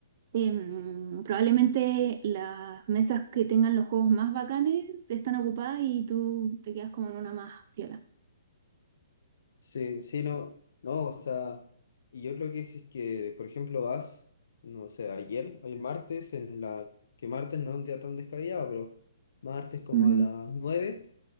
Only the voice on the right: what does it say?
Em, probablemente las mesas que tengan los juegos más bacanes están ocupadas y tú te quedas como en una más piola.
Ujú,